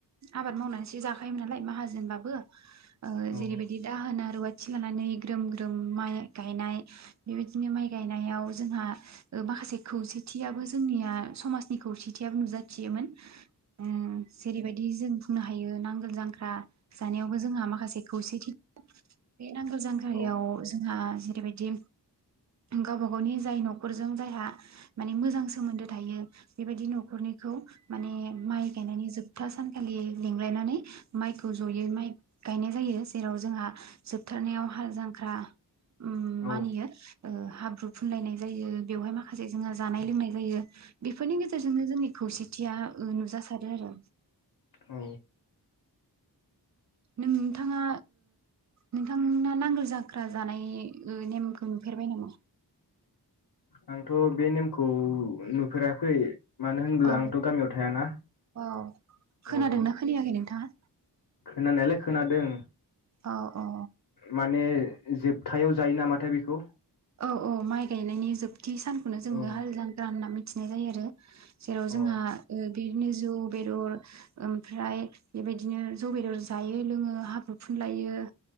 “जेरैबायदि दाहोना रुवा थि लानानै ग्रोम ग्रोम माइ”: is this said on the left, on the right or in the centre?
Right